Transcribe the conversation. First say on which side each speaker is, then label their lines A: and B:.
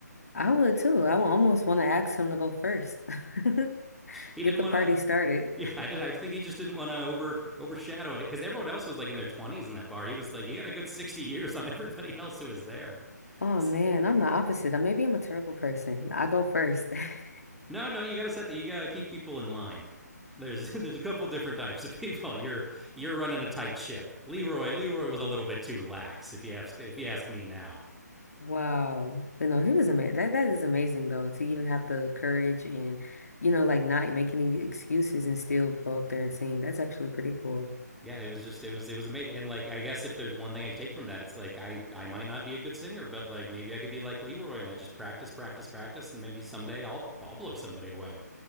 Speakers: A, on the left (about 60°); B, in the centre.
A: I would too. I would almost want to ask him to go first. <laughs>
B: he
A: Get
B: didn't
A: the
B: want
A: party
B: to
A: started.
B: Yeah, I, did, I think he just didn't want to over overshadow it because everyone else was like in their twenties in that bar. He was like he had a good sixty years on everybody <laughs> else who was there.
A: Oh
B: S-
A: man, I'm the opposite. Uh, Maybe I'm a terrible person. I go first. <laughs>
B: no, no, you got to set that. You got to keep people in line. There's <laughs> there's a couple different types of people. You're you're running a tight ship. Leroy Leroy was a little bit too lax if you ask if you ask me now.
A: Wow. But no, he was amazing. That that is amazing though, to even have the courage and, you know, like not make any excuses and still go up there and sing. That's actually pretty cool.
B: Yeah, it was just it was it was amazing. And like I guess if there's one thing I could take from that, it's like I I might not be a good singer, but like maybe I could be like Leroy and I just practice practice practice and maybe someday I'll I'll blow somebody away.